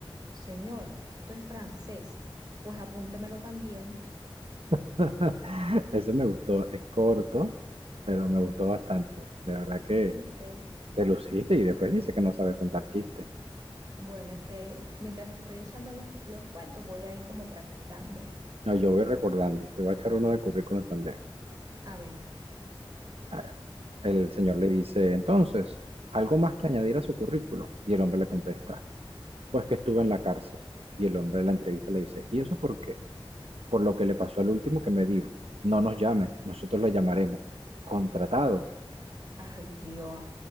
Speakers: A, on the right; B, on the right.
A: señor, esto es francés, pues apúntemelo también.
B: <laughs> Eso me gustó, es corto, pero me gustó bastante. De verdad que
A: Ah, ¿viste?
B: te luciste y después dice que no sabes contar chistes.
A: Bueno, es que mientras estoy echando los, los cuentos voy ahí como practicando.
B: No, yo voy recordando, te voy a echar uno de currículum también.
A: A ver,
B: A- El señor le dice, entonces, ¿algo más que añadir a su currículo? Y el hombre le contesta, pues que estuve en la cárcel. Y el hombre en la entrevista le dice, ¿y eso por qué? por lo que le pasó al último que me dijo, no nos llame, nosotros lo llamaremos. Contratado.
A: ay Dios.